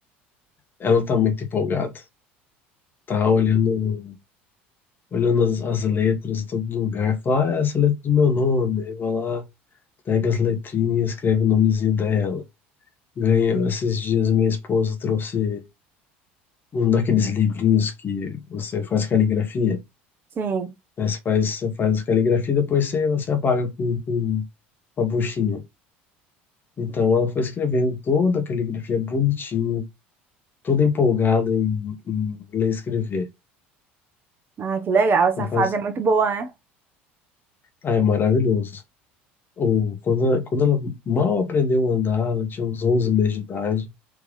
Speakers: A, on the left; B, on the right.
A: ela tá muito empolgada. tá olhando, olhando as, as letras em todo lugar, fala, ah, essa é a letra do meu nome, aí vai lá, pega as letrinhas e escreve o nomezinho dela. Ganhei, esses dias minha esposa trouxe um daqueles livrinhos que você faz caligrafia,
B: Sim.
A: né? Você faz, você faz caligrafia e depois você, você apaga com, com uma buchinha. Então ela foi escrevendo toda a caligrafia bonitinha, toda empolgada em, em ler e escrever.
B: Ah, que legal, essa
A: Ela
B: fase
A: faz,
B: é muito boa, né?
A: ah, é maravilhoso. Ou quando, quando ela mal aprendeu a andar, ela tinha uns 11 meses de idade,